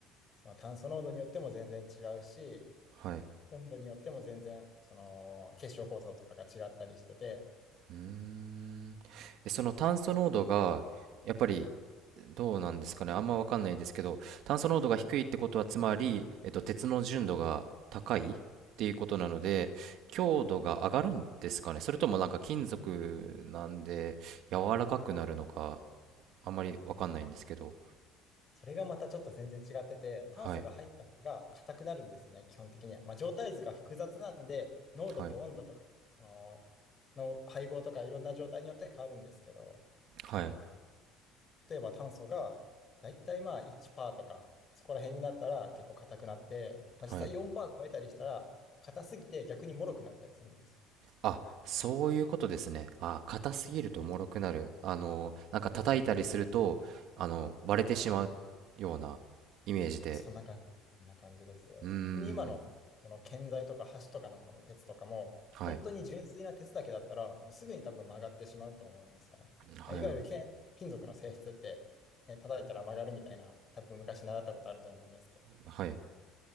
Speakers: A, on the left; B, on the right.
A: その炭素濃度によっても全然違うし、
B: はい。
A: 温度によっても全然その結晶構造とかが違ったりしてて、
B: うーんえその炭素濃度がやっぱりどうなんですかねあんまわかんないですけど炭素濃度が低いってことはつまり、えっと、鉄の純度が高いっていうことなので強度が上がるんですかねそれともなんか金属なんで柔らかくなるのかあんまりわかんないんですけど
A: それがまたちょっと全然違ってて、炭素が入った方が硬くなるんですね、
B: はい
A: 基本的には。まあ、状態図が複雑なんで、濃度と温度とか、
B: はい
A: そのの配合とかいろんな状態によって変わるんですけど、
B: はい
A: 例えば炭素がだいたいまあ1%とか、そこら辺になったら結構硬くなって、まあ、
B: はい
A: 実際4%超えたりしたら、硬すぎて逆に脆くなったりするんです。
B: あ、そういうことですね。あ、硬すぎると脆くなる。あの、なんか叩いたりすると、あの、割れてしまうようなイメージで。
A: そんな感じです。そんな感じです。
B: うーん、
A: 逆に今のその建材とか橋とかのこの鉄とかも、
B: はい、
A: 本当に純粋な鉄だけだったら、もうすぐに多分曲がってしまうと思うんですよね。
B: はい、
A: まあいわゆるけん金属の性質って、ね、叩いたら曲がるみたいな、多分昔習ったことあると思うんですけど、
B: はい。